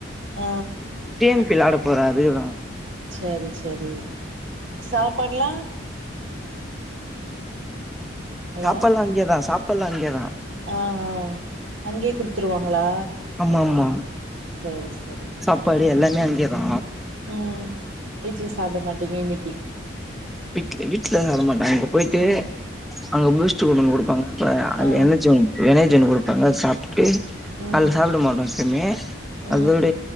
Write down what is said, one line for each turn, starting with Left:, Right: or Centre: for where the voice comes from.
Right: ஆ
Centre: டிஎம்பி வெலாட போறா அதுலா
Right: சரி சரி சாப்பாடுலா ஹலோ
Centre: சாப்பாடுல்லா இங்கேதா சாப்பாடுல்லா இங்கேதா
Right: ஆ ஆ அங்கேயே குடுத்துருவாங்களா
Centre: ஆமா ஆமா
Right: சரி சரி
Centre: சாப்பாடு எல்லாமே அங்கேதா
Right: ஆ வீட்ல சாப்ட மாட்டேங்க இன்னைக்கி
Centre: வீட் வீட்ல அத மாட்டாங்க இங்க போயிட்டு
Right: ம்
Centre: அங்க <unintelligible> கொண்டு குடுப்பாங்க அப்ப அது
Right: ஆ
Centre: எண்ணெய் எண்ணெயச்சண்ணு குடுப்பாங்க அத சாப்ட
Right: ம்
Centre: அதுல சாப்ட மாட்டோ எப்பவுமே
Right: ம்
Centre: அதோட